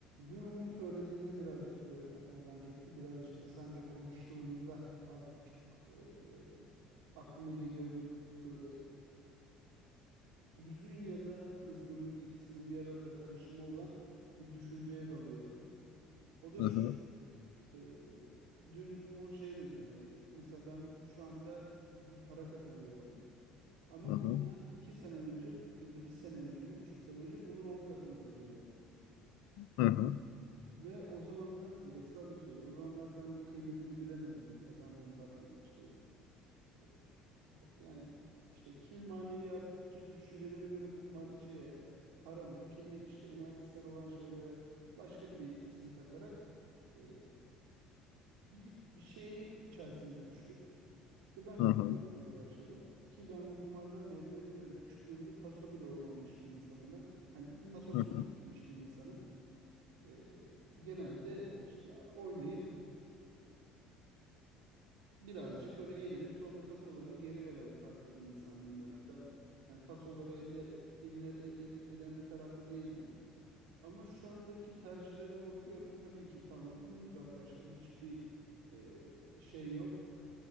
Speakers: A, on the right; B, on the left.
A: Dün Umut söylediğinde birazcık böyle kafama dank etti. Birazcık da seninle konuştuğumda az buçuk e, aklıma geliyor ve böyle hüzün ya da kızgınlık ikisinin bir arada karışımı olan bir düşünceye dalıyorum. O da
B: Hı
A: şu,
B: hı,
A: e, dün Umut şey dedi hani mesela ben şu anda bir para kazanıyorum ama
B: hı hı,
A: bundan iki sene önce ya da bir sene önce, bir buçuk sene önce bunun on katını kazanıyordum.
B: hı hı,
A: Ve o zamanlar hani Esra da söylüyor. O zamanlar sen kıymetini bilemedin diyor. Kazandığın paranın işte e, o- yani işte kimi maneviyatçı düşüncelere göre kumar şeye harama, kimi işte enerjisel olan şeylere başka bir isim takarak e, bir, bir şeyin içerisine düştük. Ve ben
B: hı
A: kumar
B: hı,
A: oynamaya başladım. Ki ben bu kumardan nefret ederim. Küçüklüğümde taso bile oynamamış bir insanım ben. Hani Hmm. tasosunu
B: hı hı,
A: oynamamış bir insanım. E, genelde işte oynayıp birazcık öyle eğlenip sonra tasolarını geri veren tarzda bir insandım ben. Ben hani tasoları elle, e, eline elde eden bir tarafta değildim. Ama şu andaki tercihlerime bakıyorum. Tabii ki tamamen Hı. uzaklaştım. Hiçbir e, şey yok.